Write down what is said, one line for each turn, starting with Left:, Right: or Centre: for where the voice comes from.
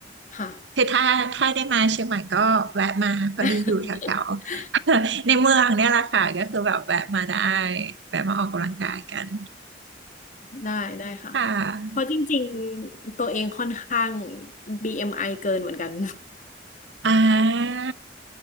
Left: ค่ะ
Right: คือถ้าถ้าได้มาเชียงใหม่ก็แวะมาพอดีอยู่แถวๆ
Left: <laughs>
Right: <laughs> ในเมืองเนี่ยแหละค่ะก็คือแบบแวะมาได้แวะมาออกกำลังกายกัน
Left: ได้ได้ค่ะ
Right: ค่ะ
Left: เพราะจริงๆตัวเองค่อนข้าง BMI เอ็มไอเกินเหมือนกัน
Right: อ่า